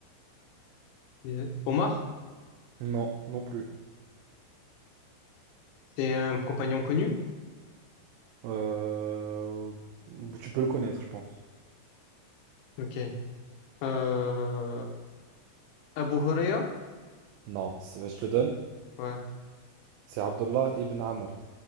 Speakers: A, on the left; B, on the right.
A: euh, Omar.
B: Non, non plus.
A: C'est un compagnon connu.
B: Euh, Tu peux le connaître, je pense.
A: Ok. Euh, Abu Huraira?
B: Non, c'est- ouais, je te le donne.
A: Ouais,
B: C'est Abdullah ibn Amr,